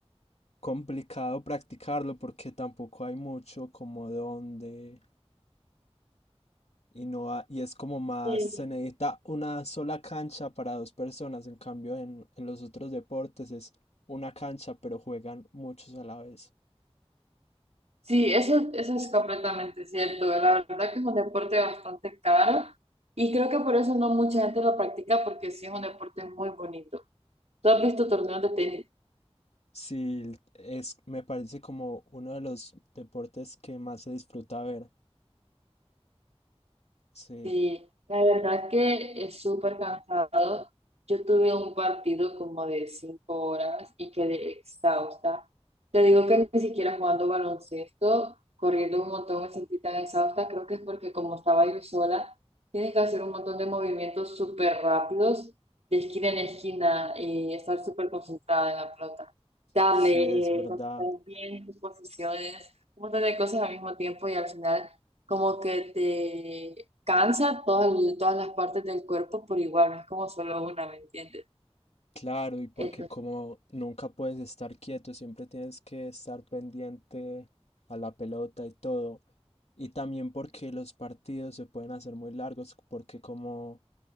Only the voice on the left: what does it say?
complicado practicarlo porque tampoco hay mucho como donde... Y no ha- y es como más,
se necesita una sola cancha para dos personas. En cambio, en, en los otros deportes es una cancha, pero juegan muchos a la vez.
Sí, es, me parece como uno de los deportes que más se disfruta ver. Sí,
sí, es verdad.
Claro, y porque
como nunca puedes estar quieto, siempre tienes que estar pendiente a la pelota y todo. Y también porque los partidos se pueden hacer muy largos, porque como